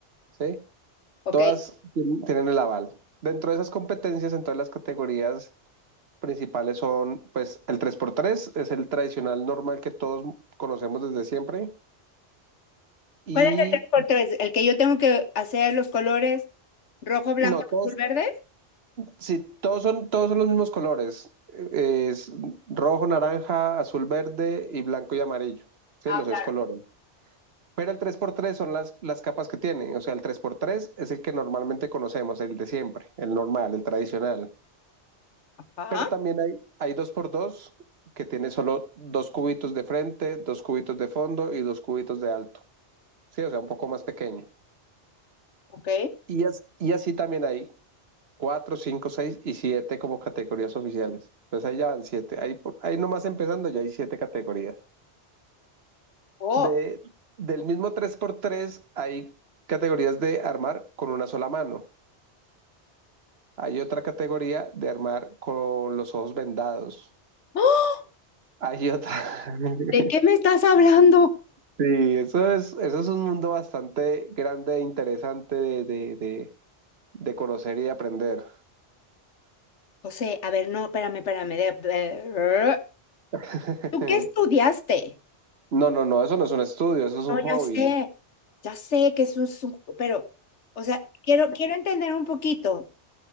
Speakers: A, on the right; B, on the left.
A: ¿sí?
B: ok.
A: Todas tienen tienen el aval. Dentro de esas competencias, en todas las categorías principales son, pues, el tres por tres es el tradicional normal que todos conocemos desde siempre. Y
B: ¿Cuál es el tres por tres? el que yo tengo que hacer los colores rojo, blanco,
A: no, todos,
B: azul, verde?
A: sí, todos son, todos son los mismos colores. Es rojo, naranja, azul, verde y blanco y amarillo. Sí,
B: Ah,
A: los seis
B: claro.
A: colores. Pero el tres por tres son las, las capas que tiene. O sea, el tres por tres es el que normalmente conocemos, el de siempre, el normal, el tradicional.
B: Ajá,
A: Pero también hay, hay dos por dos que tiene solo dos cubitos de frente, dos cubitos de fondo y dos cubitos de alto. Sí, o sea, un poco más pequeño.
B: ok.
A: Y, as- y así también hay cuatro, cinco, seis y siete como categorías oficiales. Entonces ahí ya van siete. Ahí, por- ahí nomás empezando ya hay siete categorías.
B: Oh.
A: De, del mismo tres por tres hay categorías de armar con una sola mano. Hay otra categoría de armar con los ojos vendados.
B: <gasps> ¡Ah!
A: Hay otra. <laughs>
B: ¿De qué me estás hablando?
A: Sí, eso es, eso es un mundo bastante grande e interesante de, de, de, de conocer y de aprender.
B: José, a ver, no, espérame, espérame. de- de-
A: <laughs>
B: ¿Tú qué estudiaste?
A: No, no, no, eso no es un estudio, eso es un
B: No,
A: hobby.
B: ya sé, ya sé que es un, es un- pero, o sea, quiero, quiero entender un poquito.